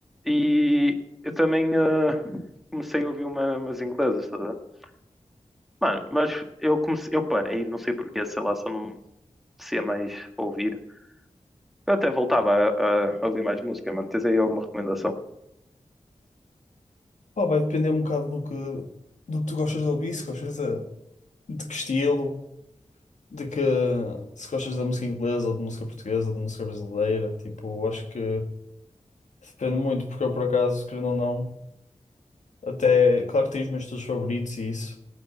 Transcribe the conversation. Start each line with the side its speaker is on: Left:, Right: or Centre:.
Centre: e eu também eh, comecei a ouvir uma, umas inglesas, estás a ver? Mano, mas eu comecei, eu parei, não sei porquê, sei lá, só não me a mais ouvir. Eu até voltava a, a ouvir mais música, mano. Tens aí alguma recomendação?
Left: Pá, vai depender um bocado do que, do que tu gostas de ouvir, se gostas de, de que estilo, de que se gostas da música inglesa ou de música portuguesa ou de música brasileira. Tipo, eu acho que depende muito, porque eu por acaso, querendo ou não, até claro que tenho os meus estilos favoritos e isso.